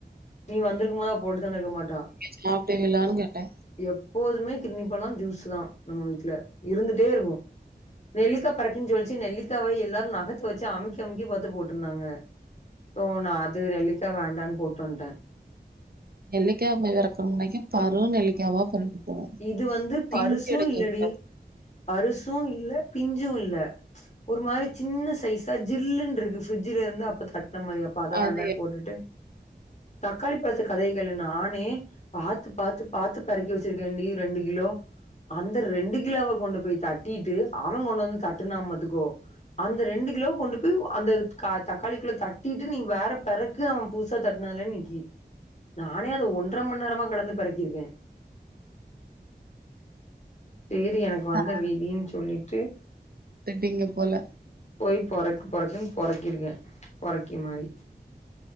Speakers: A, on the left; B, on the right.
A: நீ வந்திருக்கும்போத் அவ போட்டுத்தந்துருக்க மாட்டா
B: சாப்டுவீங்களான்னு கேட்டே
A: எப் போதுமே கிர்ணி பழோ ஜூஸு தா நம்ம வீட்ல இருந்துட்டே இருக்கு நெல்லிக்காப் பெறக்கின் சொல்ச்சு நெல்லிக்காவ எல்லாரு நகத்த வச்சு அமுக்கி அமுக்கி பத்து போட்ருந்தாங்க சோ நா து நெல்லிக்கா வேண்டான் போட்டு வன்டே
B: நெல்லிக்காவ் வெறக்கற்றன்னைக்கி பரு நெல்லிக்காவா <unintelligible>
A: இது வந்து பருசு
B: பிஞ்சு எடுக்க
A: இல்லடி
B: கூடாது
A: பருசு இல்ல பிஞ்சு இல்ல ஒரு மாரி சின்ன சைஸா ஜில்லுன்ட்ருக்கு ஃப்ரிட்ஜுல இருந்து அப்ப தட் அந்த மாரி அப்ப அத
B: அது
A: வேண்டான் போட்டுட்டு தக்காளி பழத்த கதைய கேளு நானே பாத்து பாத்து பாத்து பெறக்கி வெச்சி ரெண்டி ரெண்டு கிலோ அந்த ரெண்டு கிலாவ கொண்டு போய் தட்டிட்டு அவ கொண்டு வந்து தட்டுனா பாத்துக்கோ அந்த ரெண்டு கிலோவ கொண்டு போய் அந்த த தக்காளிக்குள்ள தட்டிட்டு நீ வேற பெறக்கு அவ புதுசா தட் னால நிக்கி நானே அத ஒன்ற்ர மண் நேரமா கடந்து பெறக்கிருக்கே சேரி எனக்கு
B: எடுத்துட்டீங்க
A: வந்த விதின் சொல்லிட்டு
B: இல்ல போல
A: போய் பொறக்கு பொறக்குன் பொறக்கிருக்கே பொறக்கி மாரி